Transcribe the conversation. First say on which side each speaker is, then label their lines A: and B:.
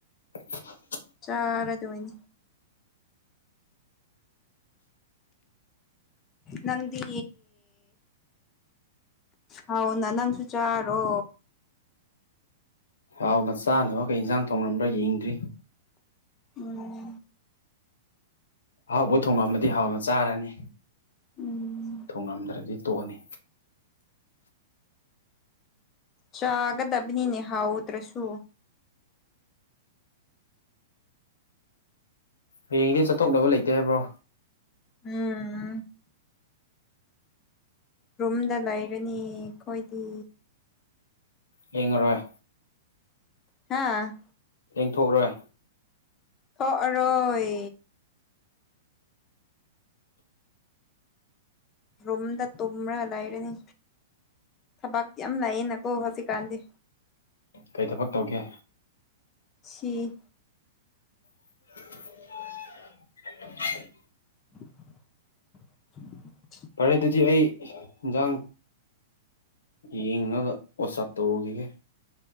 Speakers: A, on the left; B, on the left.
A: ꯏ <unintelligible>
B: ꯆꯔꯥꯗꯣꯏꯅꯤ ꯅꯪꯗꯤ ꯍꯥꯎꯅ ꯅꯪꯁꯨꯨ ꯆꯥꯔꯣ
A: ꯍꯥꯎꯅ ꯆꯥꯅꯕ ꯀꯩ ꯏꯟꯖꯥꯡ ꯊꯣꯡꯉꯝꯕ꯭ꯔꯥ ꯌꯦꯡꯗ꯭ꯔꯤ
B: ꯎꯝ
A: ꯑꯍꯥꯎꯕ ꯊꯣꯡꯉꯝꯝꯕꯗꯤ ꯍꯥꯎꯅ ꯆꯥꯔꯅꯤ
B: ꯎꯝ
A: ꯊꯣꯡꯉꯝꯗ꯭ꯔꯗꯤ ꯇꯣꯛꯑꯅꯤ
B: ꯆꯥꯒꯗꯕꯅꯤꯅꯦ ꯍꯥꯎꯗ꯭ꯔꯥꯁꯨ
A: ꯍꯌꯦꯡꯗꯤ ꯆꯠꯊꯣꯛꯅꯕ ꯂꯩꯇꯦ ꯍꯥꯏꯕ꯭ꯔꯣ
B: ꯎꯝ ꯔꯨꯝꯗ ꯂꯩꯔꯅꯤ ꯑꯩꯈꯣꯏꯗꯤ
A: ꯌꯦꯡꯉꯔꯣꯏ
B: ꯍꯥꯥ
A: ꯌꯦꯡꯊꯣꯛꯑꯔꯣꯏ
B: ꯊꯣꯛ ꯑꯔꯣꯏ ꯔꯨꯝꯗ ꯇꯨꯝꯔꯒ ꯂꯩꯔꯅꯤ ꯊꯕꯛ ꯌꯥꯝ ꯂꯩꯌꯦꯅꯀꯣ ꯍꯧꯖꯤꯛꯀꯥꯟꯗꯤ
A: ꯀꯩ ꯊꯕꯛ ꯇꯧꯒꯦ
B: ꯁꯤ
A: <unintelligible>
B: <inaudible>
A: ꯐꯔꯦ ꯑꯗꯨꯗꯤ ꯑꯩ ꯍꯤꯟꯖꯥꯡ ꯌꯦꯡꯉꯒ ꯋꯥꯆꯞ ꯇꯧꯔꯨꯈꯤꯒꯦ